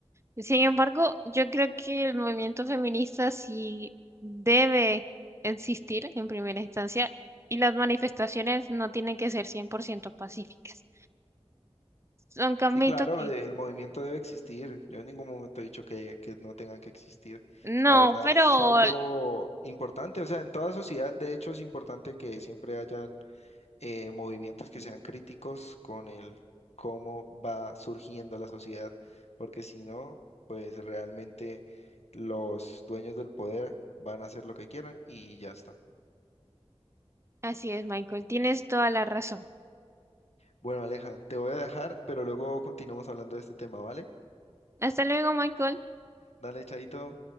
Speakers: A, on the right (about 25°); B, on the left (about 80°).
A: Sin embargo, yo creo que el movimiento feminista sí debe existir en primera instancia y las manifestaciones no tienen que ser 100% pacíficas. Son Camito
B: Sí, claro,
A: que...
B: el movimiento debe existir. Yo en ningún momento he dicho que, que no tengan que existir.
A: No,
B: La verdad
A: pero
B: es algo importante. O sea, en toda sociedad, de hecho, es importante que siempre haya eh, movimientos que sean críticos con el cómo va surgiendo la sociedad, porque si no, pues realmente los dueños del poder van a hacer lo que quieran y ya está.
A: así es, Michael. Tienes toda la razón.
B: Bueno, Aleja, te voy a dejar, pero luego continuamos hablando de este tema, ¿vale?
A: Hasta luego, Michael.
B: Dale, Chaito.